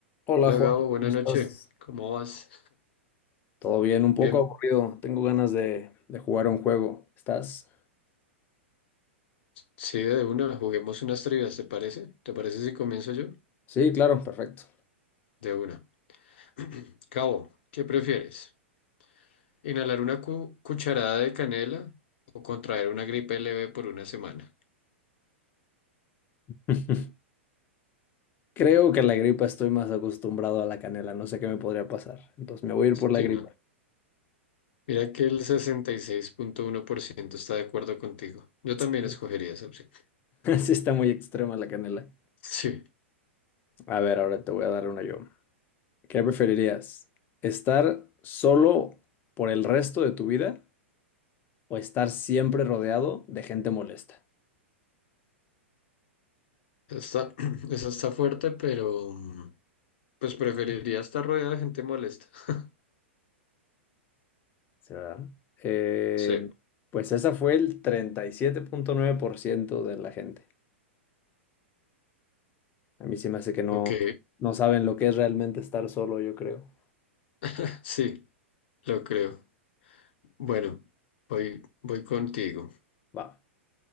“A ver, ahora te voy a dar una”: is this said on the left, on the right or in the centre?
Left